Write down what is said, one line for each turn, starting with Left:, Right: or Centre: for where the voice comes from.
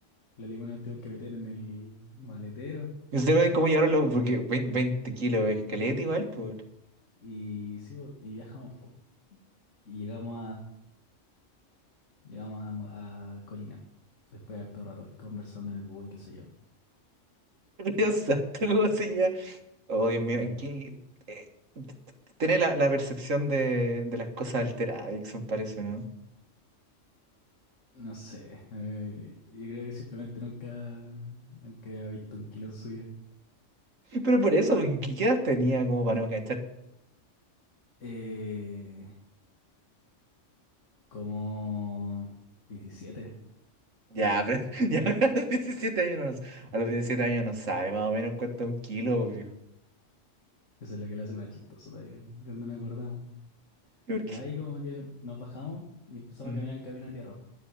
Left: los limones los tuvimos que meter en el maletero.
Right: Y Ustedes ven cómo llevaron los... Porque vein- 20 kilos es caleta igual, por...
Left: Y sí, po, y viajamos, pues. Y llegamos Llegamos a, Mo- a Colina, después de harto rato, conversando en el bus y qué sé yo.
Right: <laughs> Dios santo, ¿cómo se lleva? Oh, Dios
Left: <clears throat>
Right: mío, ¿en qué...? eh, t- t- tiene la, la percepción de, de las cosas alteradas, Dixon, parece, ¿no?
Left: No sé, eh, yo creo que simplemente nunca, nunca había visto un kilo en su vida.
Right: Pero por eso, porque ¿qué qué edad tenía como para no cachar?
Left: Eh, como diecisiete
Right: Ya, pero... <laughs> Ya, a los 17 años no, a los 17 años no sabe más o menos cuánto es un kilo, viejo.
Left: eso es lo que le hace más chistoso todavía, cuando nos acordamos.
Right: ¿Por qué?
Left: Y ahí como que nos bajamos y empezamos
Right: Mm.
Left: a caminar el camino de tierra, po.